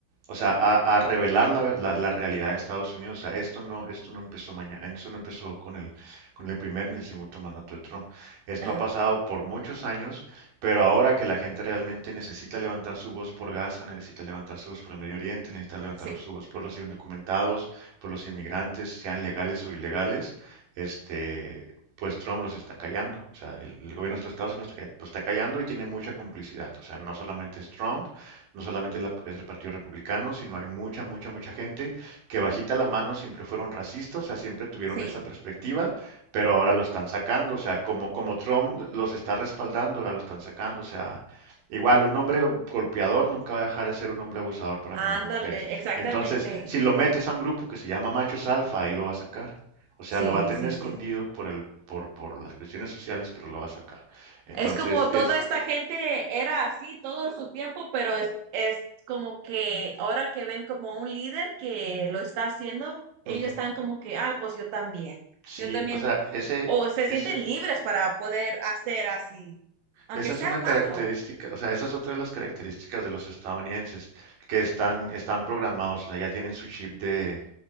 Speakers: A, on the right; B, on the right.
A: o sea, a, a revelar la, ve- la- la realidad de Estados Unidos. O sea, esto no, esto no empezó mañana, esto no empezó con el, con el primer ni el segundo mandato de Trump. Esto
B: ajá,
A: ha pasado por muchos años, pero ahora que la gente realmente necesita levantar su voz por Gaza, necesita levantar su voz por el Medio Oriente, necesita levantar
B: sí,
A: su voz por los indocumentados, por los inmigrantes, sean legales o ilegales este, pues Trump los está callando. O sea, el, el gobierno de estos estados los está, los está callando y tiene mucha complicidad. O sea, no solamente es Trump, no solamente la- es el Partido Republicano, sino hay mucha, mucha, mucha gente que bajita la mano siempre fueron racistas, o sea, siempre tuvieron
B: sí.
A: esa perspectiva, pero ahora lo están sacando. O sea, como, como Trump los está respaldando, ahora lo están sacando. O sea, igual, un hombre golpeador nunca va a dejar de ser un hombre abusador para
B: Ándale,
A: con las mujeres.
B: exactamente.
A: Entonces, si lo metes a un grupo que se llama Machos Alfa, ahí lo va a sacar. O sea,
B: Sí,
A: lo va a tener
B: sí,
A: escondido
B: sí.
A: por el, por, por las cuestiones sociales, pero lo va a sacar. Entonces
B: Es como
A: es,
B: toda esta gente era así todo su tiempo, pero es, es como que ahora que ven como un líder que lo está haciendo, ellos
A: ujú,
B: están como que, ah, pues yo también,
A: sí,
B: yo también,
A: o sea, ese,
B: o se
A: ese,
B: sienten libres para poder hacer así, aunque
A: esa
B: sea
A: es una
B: malo.
A: característica, o sea, esa es otra de las características de los estadounidenses que están, están programados, o sea, ya tienen su chip de,